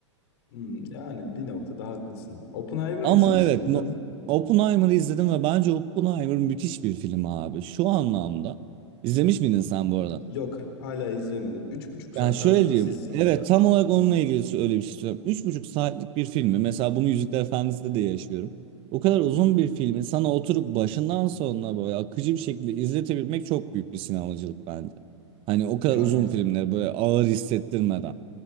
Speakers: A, on the left; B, on the right.
A: Hmm, yani bir noktada haklısın. Oppenheimer'ı
B: Ama
A: izlemiş
B: evet
A: miydin?
B: no, Oppenheimer'ı izledim ve bence Oppenheimer müthiş bir film abi. Şu anlamda izlemiş miydin sen bu arada?
A: Yok, hala izlemedim. Üç buçuk
B: Yani
A: saat
B: şöyle
A: abi nasıl
B: diyeyim.
A: izleyeyim
B: Evet
A: ya?
B: tam olarak onunla ilgili öyle bir şey söylüyorum. Üç buçuk saatlik bir filmi. Mesela bunu Yüzükler Efendisi'de de yaşıyorum. O kadar
A: Hı
B: uzun
A: hı.
B: bir filmi sana oturup başından sonuna böyle akıcı bir şekilde izletebilmek çok büyük bir sinemacılık bence. Hani o kadar
A: Yani.
B: uzun filmleri böyle ağır hissettirmeden.